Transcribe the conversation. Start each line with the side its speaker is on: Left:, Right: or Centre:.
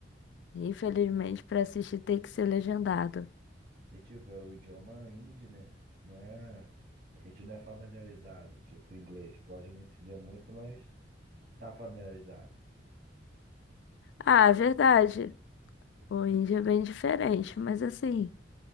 Left: Infelizmente, para assistir tem que ser legendado.
Right: E tipo, é o idioma hindi, né? Não é. A gente não é familiarizado. Tipo, o inglês pode não entender muito, mas tá familiarizado.
Left: Ah, verdade. O índio é bem diferente, mas assim.